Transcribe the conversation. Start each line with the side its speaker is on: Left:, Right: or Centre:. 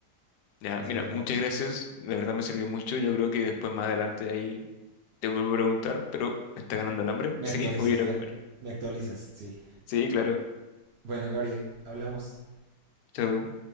Left: Ya,
Right: Es
Left: mira,
Right: verdad.
Left: muchas gracias. De verdad me sirvió mucho. Yo creo que después más adelante ahí te vuelvo a preguntar, pero me está ganando el hambre,
Right: Me
Left: así
Right: actualizas,
Left: que <laughs> voy a ir
Right: me,
Left: a comer.
Right: me actualizas, sí.
Left: Sí, claro.
Right: Bueno, Gabriel, hablamos.
Left: Chau.